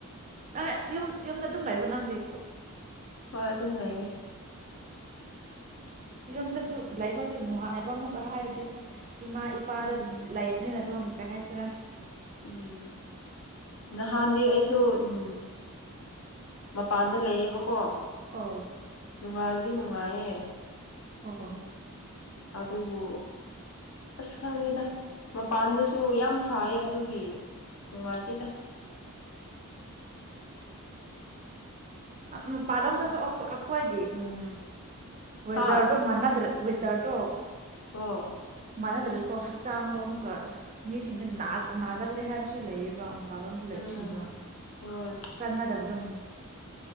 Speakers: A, on the right; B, on the left.
A: ꯅꯪ ꯌꯨꯝ ꯌꯨꯝꯗ ꯑꯗꯨꯝ ꯂꯩꯕ ꯅꯪꯗꯤ ꯀꯣ
B: ꯍꯣꯏ ꯑꯗꯨꯝ ꯂꯩꯌꯦ꯫
A: ꯌꯨꯝꯗꯁꯨ ꯂꯩꯕꯁꯦ ꯅꯨꯡꯉꯥꯏꯕ ꯑꯃꯨꯛꯀ ꯍꯥꯏꯔꯗꯤ꯫ ꯏꯃꯥ ꯏꯄꯥꯗ
B: ꯎꯝ
A: ꯂꯩꯕꯅꯤꯅ ꯑꯗꯨꯝ ꯀꯥꯏꯁꯤꯔꯥ
B: ꯎꯝ ꯅꯍꯥꯟꯗꯤ ꯑꯩꯁꯨ ꯎꯝ ꯃꯄꯥꯟꯗ ꯂꯩꯌꯦꯕꯀꯣ꯫
A: ꯑ
B: ꯅꯨꯡꯉꯥꯏꯕꯗꯤ ꯅꯨꯡꯉꯥꯏꯌꯦꯦ
A: ꯑꯣ
B: ꯑꯗꯨꯕꯨ ꯑꯁ ꯈꯪꯗꯦꯗ ꯃꯄꯥꯟꯗꯁꯨ ꯌꯥꯝ ꯁꯥꯏ ꯑꯗꯨ ꯏ ꯅꯨꯡꯉꯥꯏꯇꯦꯗ꯫
A: ꯑ ꯃꯄꯥꯜꯂꫭꯝ ꯆꯁꯨ ꯑꯈꫭꯏꯒꯤ ꯎꯝ ꯑꯣꯗꯔꯗ
B: ꯍꯥ
A: ꯃꯅꯥꯗ ꯋꯦꯗꯔꯗꫭ
B: ꯑꯣ
A: ꯃꯥꯟꯅꯗ꯭ꯔꯁꯨꯀꯣ ꯍꯛꯆꯥꯡꯗꯣ ꯑꯃꯨꯛꯀ ꯃꯤꯁꯤꯡꯗ ꯅꯥꯒꯜꯂꯦ ꯍꯥꯏꯕꯁꯨ ꯂꯩꯌꯦꯕ ꯃꯄꯥꯟꯂꯣꯝꯗ ꯂꯩꯕꯁꯤꯡꯗꯣ
B: ꯎꯝ ꯍꯣꯏ
A: ꯆꯥꯟꯅꯗꯕ ꯁꯇꯝ